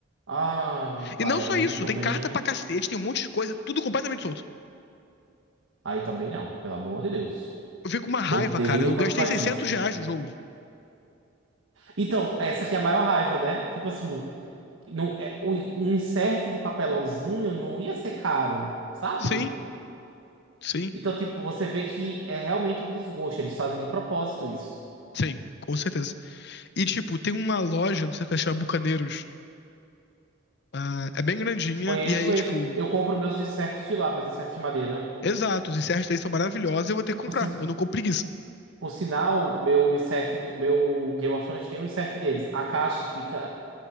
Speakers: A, on the right (about 75°); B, on the left (about 60°).
A: Ai, meu pai,
B: E não só
A: aí
B: isso,
A: também.
B: tem carta pra cacete, tem um monte de coisa, tudo completamente solto.
A: Aí também não, pelo amor de Deus.
B: Eu fico com uma raiva,
A: Odeio
B: cara. Eu
A: quando
B: gastei
A: faz
B: 600
A: isso.
B: reais no jogo.
A: Então, essa aqui é a maior raiva, né? Tipo assim, não, é, o- um insert de papelãozinho não ia ser caro, sabe?
B: Sim, sim,
A: Então, tipo, você vê que é realmente um desgosto. Eles fazem de propósito isso.
B: sim, com certeza. E, tipo, tem uma loja, não sei se é, chama Bucaneiros. Ah, é bem grandinha,
A: Conheço,
B: e aí,
A: conheço.
B: tipo,
A: Eu compro meus inserts de lá, meus inserts de madeira.
B: Exato, os encerros daí são maravilhosos, e eu vou ter que comprar.
A: Por, sin-
B: Eu não compro preguiça.
A: por sinal, meu insert, de- meu Game of Thrones tem um insert deles. A caixa fica.